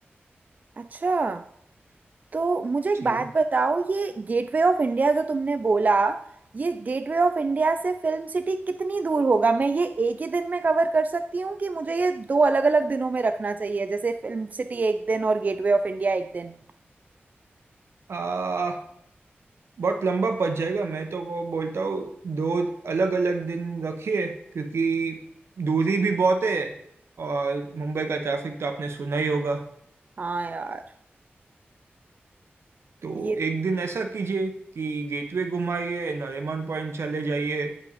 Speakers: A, on the right; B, on the right.
A: अच्छा तो मुझे एक
B: जी
A: बात बताओ ये गेटवे ऑफ इंडिया जो तुमने बोला ये गेटवे ऑफ इंडिया से फिल्म सिटी कितनी दूर होगा मैं ये एक ही दिन में कवर कर सकती हूँ कि मुझे ये दो अलग अलग दिनों में रखना चाहिए जैसे फिल्म सिटी एक दिन और गेटवे ऑफ इंडिया एक दिन
B: आ, बहुत लंबा पड़ जाएगा मैं तो वो बोलता हूँ दो अलग अलग दिन रखिए क्योंकि दूरी भी बहुत है और मुंबई का ट्रैफिक तो आपने सुना ही होगा
A: हाँ यार
B: तो
A: ये
B: एक दिन ऐसा कीजिए कि गेटवे घुमाइए नरीमन पॉइंट चले जाइए